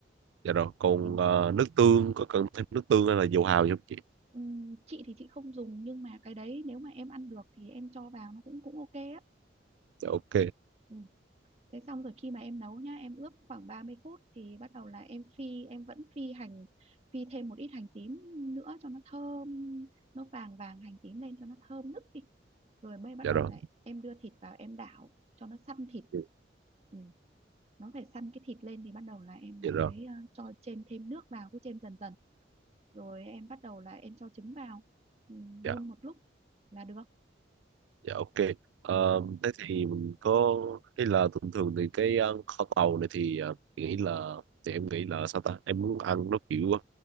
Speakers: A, on the right; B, on the right.
A: dạ rồi còn
B: hình
A: ờ, nước tương có cần thêm nước tương hay là dầu hào gì không chị
B: Ừm, chị thì chị không dùng nhưng mà cái đấy nếu mà em ăn được thì em cho vào nó cũng cũng ok á
A: dạ ok
B: ừ. thế xong rồi khi mà em nấu nhá em ướp khoảng 30 phút thì bắt đầu là em phi em vẫn phi hành phi thêm một ít hành tím nữa cho nó thơm nó vàng vàng hành tím lên cho nó thơm nức đi rồi mới bắt
A: dạ
B: đầu
A: rồi
B: lại em đưa thịt vào em đảo cho nó săn thịt
A: Ừ,
B: ừ. nó phải săn cái thịt lên thì bắt đầu là em
A: dạ
B: lại
A: rồi
B: mới ờ, cho chêm thêm nước vào cứ chêm dần dần rồi em bắt đầu là em cho trứng vào ừ, đun
A: dạ
B: một lúc là được
A: Dạ ok. Ờ,
B: ừ,
A: thế thì mình có hay là thường thường thì cái ờ, kho tàu này thì ờ, mình nghĩ là thì em nghĩ là sao ta em muốn ăn nó kiểu ờ,